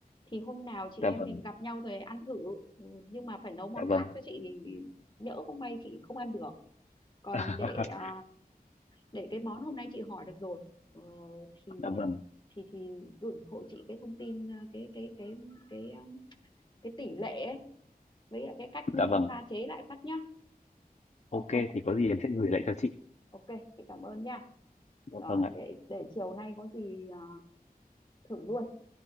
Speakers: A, on the left; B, on the left.
A: thì hôm nào chị em
B: dạ vâng
A: mình gặp nhau rồi ăn thử ừ, nhưng mà phải nấu món
B: dạ
A: khác
B: vâng
A: cho chị nhỡ không may chị không ăn được còn
B: <laughs>
A: để à, để cái món hôm nay chị hỏi được rồi ờ, thì
B: dạ vâng
A: thì thì gửi hộ chị cái thông tin à, cái cái cái cái um, cái tỷ lệ ấy, với lại cái cách ờ,
B: dạ vâng
A: pha chế lại phát nhá
B: ok
A: ok
B: thì có gì em sẽ gửi lại cho chị
A: ok chị cảm ơn nha
B: dạ
A: rồi
B: vâng ạ
A: để để chiều nay có gì à, thử luôn